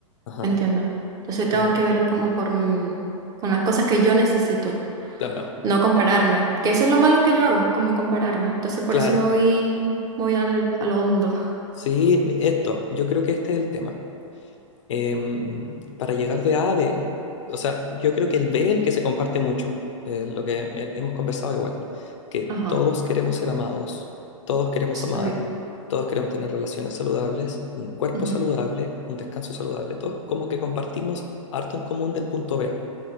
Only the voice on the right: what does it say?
entiendo. Entonces tengo
que verlo como por, mm, con las cosas que yo necesito.
No compararme, que eso es lo malo que yo hago, como compararme. Entonces por
eso me voy, voy al, al hondo.
Ajá,
sí,
obvio.
Ujú.